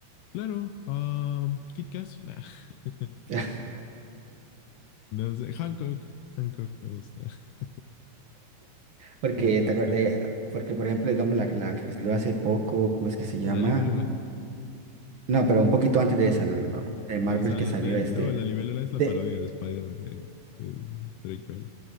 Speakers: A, on the left; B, on the right.
A: Claro, um, Kit Kat, nah. <laughs>
B: <laughs>
A: no sé, Hancock, Hancock me gusta. <laughs>
B: Porque,
A: Necesito
B: ¿te
A: este
B: acuer- eh,
A: Han-
B: porque, por ejemplo, digamos la, la que salió hace poco, ¿cómo es que se llama?
A: La libélula,
B: No, pero un poquito antes de esa, no, no, no, de Marvel
A: no, o sea,
B: que
A: las
B: salió
A: de él.
B: este.
A: no, la libélula es la
B: De,
A: parodia de Spider-Man de, de Drake Bell.